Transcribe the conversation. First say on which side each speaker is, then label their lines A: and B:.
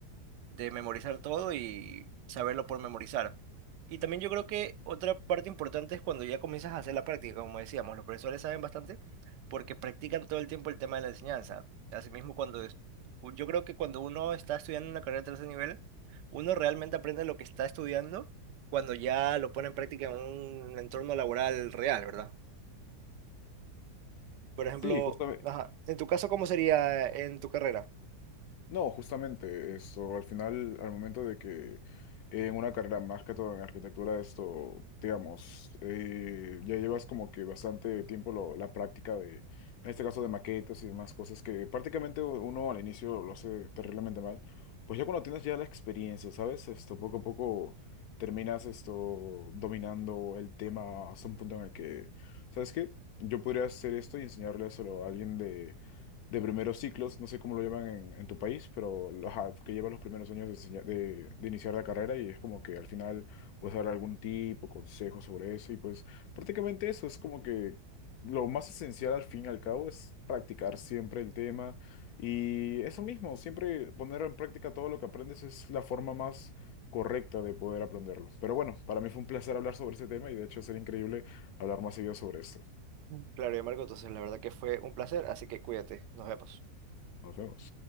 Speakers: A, on the right; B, on the left.
A: de memorizar todo y saberlo por memorizar. Y también yo creo que otra parte importante es cuando ya comienzas a hacer la práctica, como decíamos, los profesores saben bastante porque practican todo el tiempo el tema de la enseñanza. Asimismo, cuando es- u- yo creo que cuando uno está estudiando una carrera de tercer nivel, uno realmente aprende lo que está estudiando cuando ya lo pone en práctica en un entorno laboral real, ¿verdad? Por ejemplo,
B: Sí, justamente.
A: ajá, en tu caso, ¿cómo sería en tu carrera?
B: No, justamente esto, al final, al momento de que eh, en una carrera más que todo en arquitectura, esto, digamos, eh, ya llevas como que bastante tiempo lo- la práctica de, en este caso de maquetas y demás cosas que prácticamente uno al inicio lo hace terriblemente mal, pues ya cuando tienes ya la experiencia, ¿sabes? Esto, poco a poco terminas esto dominando el tema hasta un punto en el que, ¿sabes qué? Yo podría hacer esto y enseñárselo a alguien de primeros ciclos, no sé cómo lo llaman en, en tu país, pero ajá, que lleva los primeros años de, enseña- de, de iniciar la carrera y es como que al final puedes dar algún tipo, consejo sobre eso y pues prácticamente eso es como que lo más esencial al fin y al cabo es practicar siempre el tema y eso mismo, siempre poner en práctica todo lo que aprendes es la forma más correcta de poder aprenderlo. Pero bueno, para mí fue un placer hablar sobre este tema y de hecho sería increíble hablar más seguido sobre esto.
A: Mm. Claro, y Marco, entonces la verdad que fue un placer, así que cuídate, nos vemos.
B: Nos vemos.